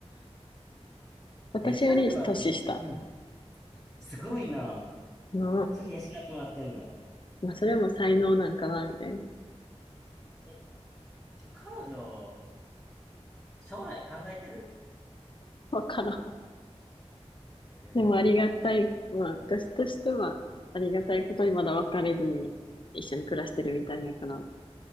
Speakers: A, on the left; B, in the centre.
A: 私より年下。
B: 養ってもらってんのすごいな。すごいな。
A: の、
B: それ養ってもらってんの
A: まあ、それも才能なんかな、みたいな。
B: え、ちょ、彼女、将来考えてる
A: <laughs> わからん。
B: ええー
A: でもありがたい、まあ、私としては、ありがたいことにまだ別れずに一緒に暮らしてるみたいやから。
B: ああ、